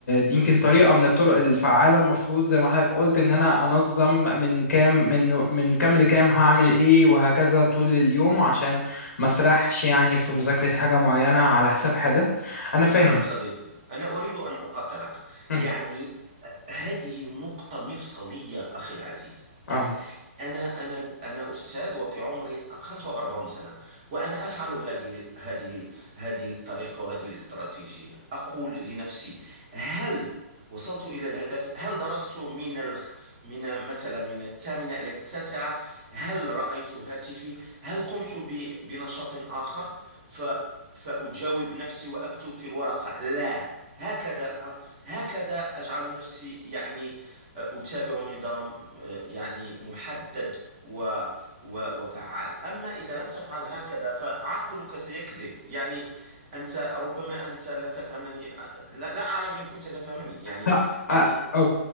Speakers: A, on the left (about 75°); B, on the right (about 35°).
A: يمكن طريقة من الطرق الفعالة المفروض زي ما حضرتك قلت إن أنا أنظم من كام من من كام لكام هعمل إيه وهكذا طول اليوم عشان ما أسرحش يعني في مذاكرة حاجة معينة على حساب حاجة أنا
B: نعم
A: فاهم
B: صديقي أنا أريد أن أقاطعك
A: أه
B: يعني هذه نقطة مفصلية أخي العزيز يعني
A: أه
B: أنا أنا أنا أستاذ وفي عمري 45 سنة وأنا أفعل هذه هذه هذه الطريقة وهذه الاستراتيجية أقول لنفسي هل وصلت إلى الهدف هل درست من الخ... من مثلا من الثامنة إلى التاسعة هل رأيت هاتفي هل قمت ب... بنشاط آخر ف... فأجاوب نفسي وأكتب في الورقة لا هكذا هكذا أجعل نفسي يعني آه، أتابع نظام آه، يعني محدد و و وفعال أما إذا لم تفعل هكذا فعقلك سيكذب يعني أنت ربما أنت لن تفهمني آه، لا, لا أعلم إن كنت تفهمني يعني
A: ها-
B: يعني
A: أ- أو-